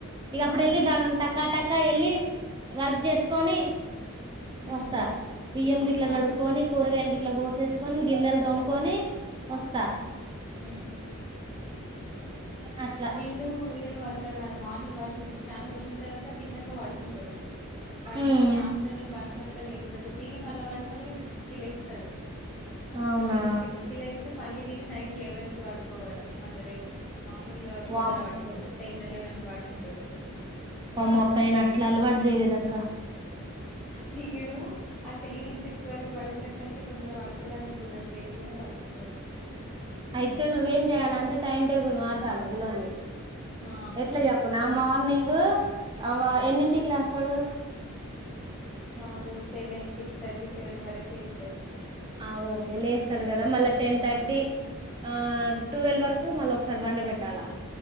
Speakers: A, on the right; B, in the centre.
A: ఇగ అప్పుడు
B: అవునా
A: వెళ్ళి టకా టకా వెళ్ళి వర్క్ చేసుకొని
B: మ్
A: వస్తా బియ్యం గిట్లా
B: ఆ
A: కడుకొని కూరగాయలు గిట్లా కోసేసుకొని గిన్నెలు దోముకొని వస్తా
B: ఉ
A: అట్లా
B: వీడు వీడు అట్ల్ అట్లా కాదు మార్నింగ్ పాడుక్ స్నానం పోసిన తర్వాత తిన్నాక పడుకుంటాడు. పడుకొని
A: ఉమ్
B: ఆఫ్టర్నూన్ వన్ కట్ల లేస్తాడు తిని మళ్ళా పడుకొని సిక్స్ కి లేస్తాడు.
A: అవునా
B: సిక్స్ సిక్స్ కి లేస్తే మళ్ళీ తిని నైట్ లెవెన్ కి పడుకోవడం మళ్ళ లెవ్ మా మామూలుగా తొందర
A: వామ్
B: పడుకోడు టెన్ ఎలెవెన్ కి పడుకుంటాడు.
A: వామ్మో అక్క నేను అట్లా అలవాటు చేయలేదు అక్క
B: వీడు అంటే ఈవినింగ్ సిక్స్ వరకు పడుక్ కునేసరికి తొందర పడుకోవడానికి చూడడు లేటుగానే పడుకుంటాడు.
A: అయితే నువ్వేం చేయాలంటే టైం టేబుల్ మార్చాల పిల్లోనిది
B: ఆ
A: ఎట్లా చెప్పనా మార్నింగు ఆ వ ఎన్నింటికి లేస్తాడు.
B: వాడు సెవెన్ సిక్స్ థర్టీ సెవెన్ వరకి లేస్తాడు
A: ఆ ఓకే లేస్తాడు కదా మళ్ళా టెన్ థర్టీ ఆ టువెల్వ్ వరకు మళ్ళీ ఒకసారి పండ పెట్టాలా